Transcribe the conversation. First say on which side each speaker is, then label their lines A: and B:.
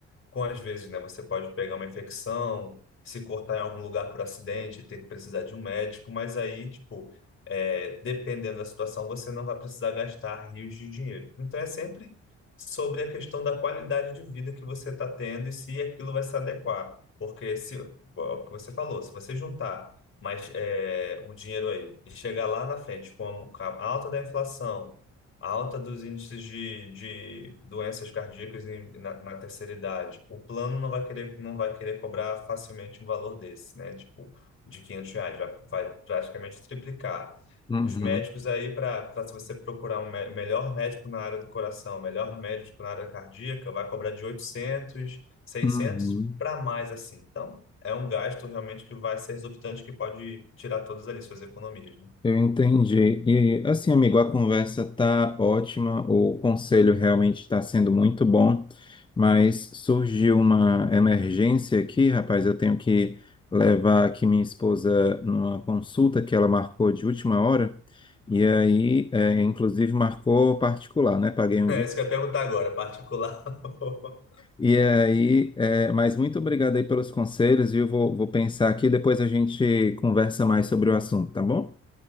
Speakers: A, on the left; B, on the left.
A: com às vezes, né, você pode pegar uma infecção, se cortar em algum lugar por acidente, ter que precisar de um médico, mas aí, tipo, é, dependendo da situação, você não vai precisar gastar rios de dinheiro. Então é sempre sobre a questão da qualidade de vida que você está tendo e se aquilo vai se adequar. Porque se, o que você falou, se você juntar mais é, o dinheiro aí e chegar lá na frente com a com a alta da inflação, a alta dos índices de, de doenças cardíacas em- na, na terceira idade. O plano não vai querer, não vai querer cobrar facilmente um valor desse, né? Tipo, de 500 reais, vai, vai praticamente triplicar.
B: uhum,
A: Os médicos aí, para se você procurar um me- melhor médico na área do coração, melhor médico na área cardíaca, vai cobrar de oitocentos, seiscentos
B: uhum.
A: para mais assim. Então, é um gasto realmente que vai ser exorbitante, que pode tirar todas ali suas economias, né? <laughs>
B: Eu entendi. E assim, amigo, a conversa tá ótima, o conselho realmente está sendo muito bom, mas surgiu uma emergência aqui, rapaz. Eu tenho que levar aqui minha esposa numa consulta que ela marcou de última hora, e aí, é, inclusive, marcou particular, né? Paguei um
A: É
B: dia.
A: isso que eu ia perguntar agora, particular. <laughs>
B: E aí, é, mas muito obrigado aí pelos conselhos, viu? Vou, vou pensar aqui, depois a gente conversa mais sobre o assunto, tá bom?